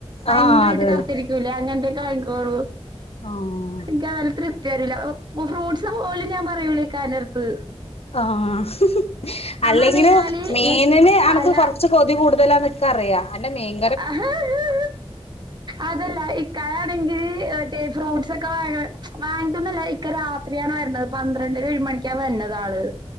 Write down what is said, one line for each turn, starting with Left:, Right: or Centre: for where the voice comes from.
Right: ഭയങ്കരായിട്ട്
Left: ആഹ് അതെ
Right: കറ്ത്തിരിക്കൂലേ?
Left: അതെ
Right: അങ്ങനത്തെയൊക്കെ വാങ്ങിക്കൂളൂ.
Left: ആഹ്
Right: എനിക്കതയാലൊരു തൃപ്തി വരൂല. ഫ്രൂട്ട്സ് പോലും ഞാൻ പറയൂല ഇക്കാന്റട്ത്ത്.
Left: ആഹ് അല്ലെങ്കിലും
Right: പറഞ്ഞു കഴിഞ്ഞാല്
Left: മേനന് അനക്ക്
Right: അല
Left: കൊറച് ച്ച് കൊതി കൂടുതലാന്ന് ഇൻക്കറിയാ. അന്റെ മെയിൻ
Right: ആഹാ ആഹാ..... അതല്ല ഇക്കായാണെങ്കിൽ മറ്റേ ഫ്രൂട്ട്സ് ഒക്കെ വാങ്ങണെ വാങ്ങിക്കുന്നല്ല ഇക്ക രാത്രിയാണ് വരണത്. പന്ത്രണ്ട് ഒരു മണിക്കാണ് വര്ന്നത് ആള്.